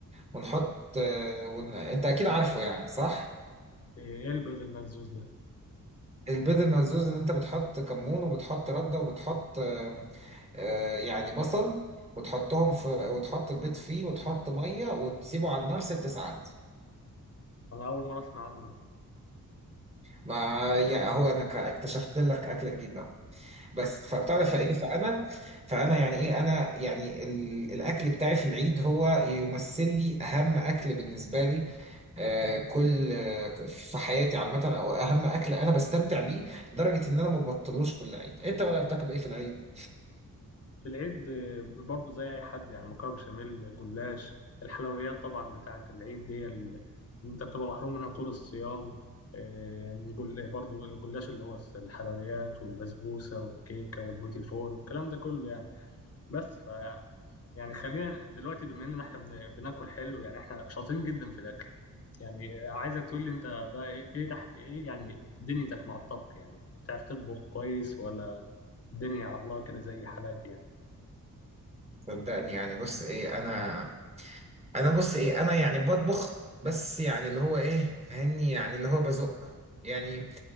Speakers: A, on the right (about 20°); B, on the left (about 45°).
A: ونحط آه، ون... انت اكيد عارفه يعني صح؟
B: ايه البيض الملزوز ده
A: البيض الملزوز ان انت بتحط كمون وبتحط ردة وبتحط آه، آه، يعني بصل وتحطهم في وتحط البيض فيه وتحط مية وتسيبه على النار ست ساعات
B: انا اول مره اسمع عنه
A: ما يعني هو انا ك- اكتشفت لك اكلة جديدة بس فبتعرف فايه فانا فانا يعني ايه انا يعني ال- الاكل بتاعي في العيد هو يمثل لي اهم اكل بالنسبه لي آه كل آه في حياتي عامه او اهم اكل انا بستمتع بيه لدرجه ان انا ما ببطلوش كل عيد انت بقى بتاكل ايه في العيد
B: في العيد آه، برضو زي اي حد يعني مكرونه بشاميل جلاش الحلويات طبعا بتاعه العيد دي ال- انت بتبقى محروم منها طول الصيام آه، جل- برضو الجلاش اللي هو الحلويات والبسبوسه والكيكه والبوتي فور والكلام ده كله يعني بس يعني خلينا دلوقتي بما ان احنا بن- بناكل حلو يعني احنا شاطرين جدا في الاكل يعني عايزك تقول لي انت بقى ايه ايه, تح... إيه يعني دنيتك مع الطبخ يعني بتعرف تطبخ كويس ولا الدنيا على الله كده زي حالاتي يعني
A: صدقني يعني بص ايه انا انا بص ايه انا يعني بطبخ بس يعني اللي هو ايه فاهمني يعني اللي هو بزق يعني